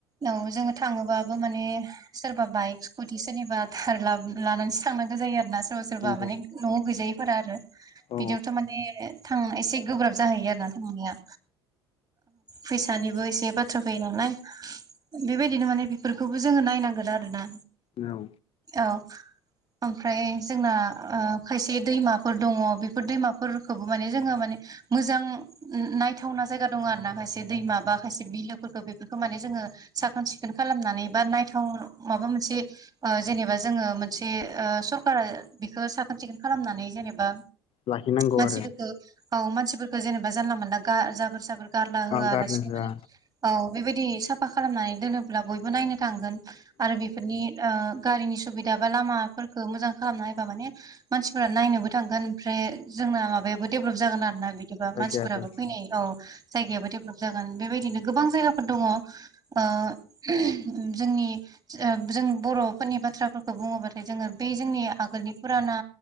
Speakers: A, on the right; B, on the left.
A: औ जोङो थाङोबाबो माने सोरबा बाइक स्कुटि सोरनिबा थार लानानैसो थांनांगौ जायो आरो ना सोरबा सोरबा
B: नंगौ
A: माने न'आव गैजायैफोरा आरो
B: औ
A: बिदियावथ' माने थां एसे गोब्राब जाहैयो आरोना थांनाया फैसानिबो एसे बाथ्रा फैयो नालाय बेबायदिनो माने बेफोरखौबो जोङो नायनांगोन आरोना
B: औ
A: औ ओमफ्राय जोंना ओ खायसे दैमाफोर दङ बेफोर दैमाफोरखौबो माने जोङो माने मोजां नायथावना जायगा दङ आरो ना खायसे दैमा बा खायसे बिलोफोरखौ बे खौ माने जोङो साखोन सिखोन खालामनानै बा नायथाव माबा मोनसे ओ जेनेबा जोङो मोनसे सरखारा बेखौ साखोन सिखोन खालामनानै जेनेबा
B: लाखिनांगौ
A: मानसिफोरखौ
B: आरो
A: औ मानसिफोरखौ जेनेबा जानला मोनला जाबोर जाबोर गारला होआलासिनो
B: गारनो होआ
A: माने औ बेबायदि साफा खालामनानै दोनोब्ला बयबो नायनो थांगोन आरो बेफोरनि गारिनि सुबिदा बा लामाफोरखौ मोजां खालामना होयोबा माने मानसिफोरा नायनोबो थांगोन ओमफ्राय जोंना माबायाबो डेभेलप जागोन आरो ना बिदि बिदिबा
B: जायगायाबो
A: मानसिफोराबो फैनाय औ जायगायाबो डेभेलप जागोन बेबायदिनो गोबां जायगाफोर दङ ओ उ जोंनि जों बर'फोरनि बाथ्राफोरखौ बुङोबाथाय जोङो बे जोंनि आगोलनि फुराना